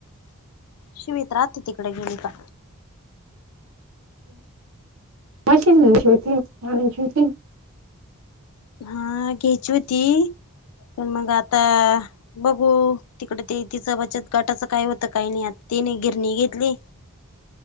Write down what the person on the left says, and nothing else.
शिवत राहते तिकडे गेली का?
हा घ्यायची होती पण मग आता बघू तिकडे ते तिचं बचत गटाचं काय होतं काही नाही आता त नाही गिरणी घेतली.